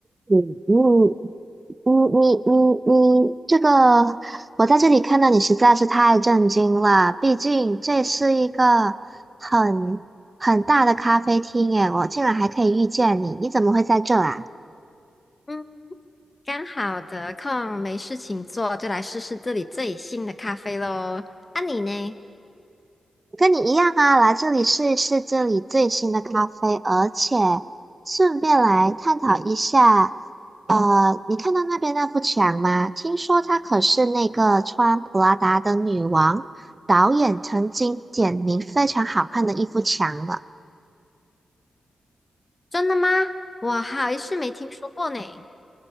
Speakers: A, on the right (about 25°); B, on the left (about 20°).
A: 你你你你你你，这个我在这里看到你实在是太震惊了。毕竟这是一个很很大的咖啡厅，耶，我竟然还可以遇见你，你怎么会在这啊？
B: 嗯，刚好得空没事情做，就来试试这里最新的咖啡喽。啊，你呢？
A: 跟你一样啊，来这里试一试这里最新的咖啡，而且顺便来探讨一下，呃，你看到那边那幅墙吗？听说她可是那个穿普拉达的女王，导演曾经点名非常好看的一幅墙了。
B: 真的吗？我好是没听说过呢。